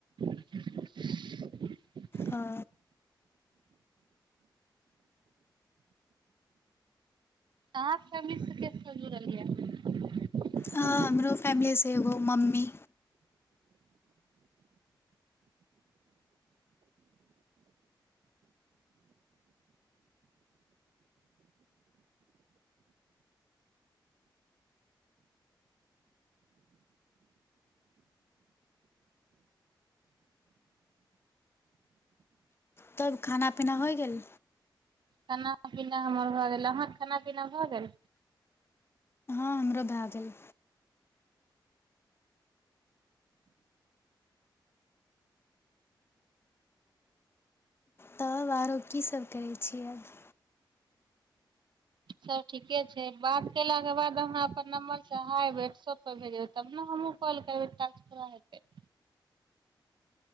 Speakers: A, on the right; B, on the left.
A: कह
B: ओ
A: अ फम ज रहललियै
B: हँ हमरो फैमिली सेग मम्मी तब खाना पीना होय गेल
A: खाना पीना हमर भऽ गेल अहाँके खाना पीना भऽ गेल
B: हम्रह भए गेल तब आरो कीसभ करै छियैब
A: चल ठीके छै बात कयलाके बाद अहाँ अपन नम्बरसँ हइ व्हाट्सएपपर भेजबै तब ने हमहूँ कॉल करबै तास थोड़ा हेतै